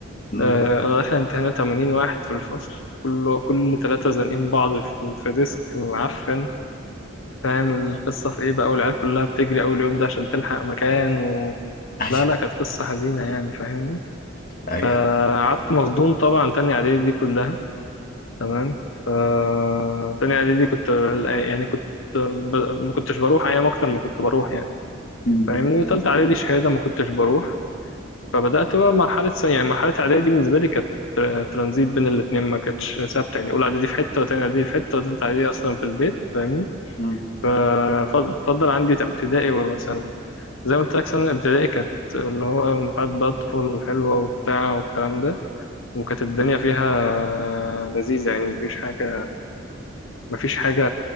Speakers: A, on the left; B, on the left.
A: مم.
B: آه انا داخل امتحان 80 واحد في الفصل كله كل ثلاثه زانقين بعض في, في ديسك معفن فاهم القصه في ايه بقى والعيال كلها بتجري اول يوم ده عشان تلحق مكان و...
A: ايوه
B: لا لا كانت قصه حزينه يعني فاهمني
A: ايوه
B: فقعدت مصدوم طبعا تاني اعدادي دي كلها تمام ف تاني اعدادي كنت يعني كنت ب... ما كنتش بروح ايام اكتر ما كنت بروح يعني
A: مم.
B: فاهمني وتالتة اعدادي شهاده ما كنتش بروح فبدات بقى مرحله س- يعني مرحله اعدادي بالنسبه لي كانت تر- ترانزيت بين الاتنين ما كانتش ثابته يعني اولى اعدادي في حته وتانية اعدادي في حته وتالتة اعدادي اصلا في البيت فاهمني
A: مم.
B: ففضل عندي ابتدائي وثانوي زي ما قلت لك ثانوي ابتدائي كانت اللي هو مرحله بقى الطفوله الحلوه وبتاع والكلام ده وكانت الدنيا فيها لذيذه يعني مفيش حاجه مفيش حاجة